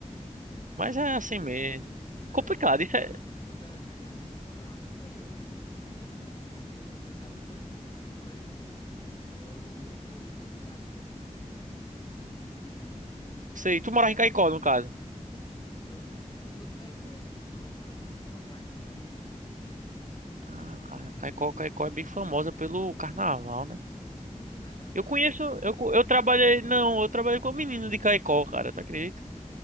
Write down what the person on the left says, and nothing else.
Não,
pois
é.
É,
eu lembro quando
eu
era, quando eu era criança que eu morava no interior, eu torcia para um timezinho e eu pensava que todo mundo torcia para esse time. Era o Corinthians e Caicó.
Já
ouviu
falar?
Sim, eu sou, eu sou de Caicó, mas eu moro aqui, eu moro lá em Natal agora.
É verdade,
você
já foi alguma vez
lá?